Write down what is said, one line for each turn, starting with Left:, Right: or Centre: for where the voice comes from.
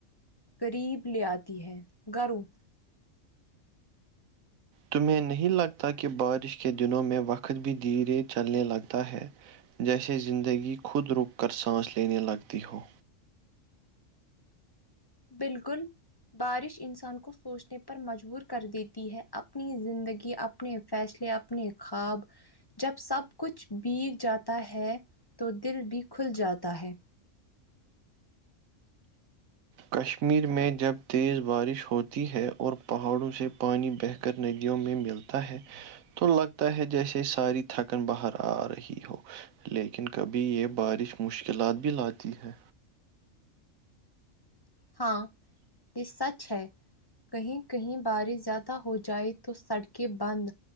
Left: قریب لے آتی ہے گھروں
Right: تمہیں نہیں لگتا کہ بارش کے دنوں میں وقت بھی دھیرے چلنے لگتا ہے جیسے زندگی خود رک کر سانس لینے لگتی ہو
Left: بالکل بارش انسان کو سوچنے پر مجبور کر دیتی ہے اپنی زندگی اپ اپنے فیصلے اپنے خواب جب سب کچھ بھیگ جاتا ہے تو دل بھی کھل جاتا ہے
Right: کشمیر میں جب تیز بارش ہوتی ہے اور پہاڑوں سے پانی بہ کر ندیوں میں ملتا ہے تو لگتا ہے جیسے ساری تھکن باہر آ رہی ہو لیکن کبھی یہ بارش مشکلات بھی لاتی ہے
Left: ہاں یہ سچ ہے کہیں کہیں بارش زیادہ ہو جائے تو سڑکیں بند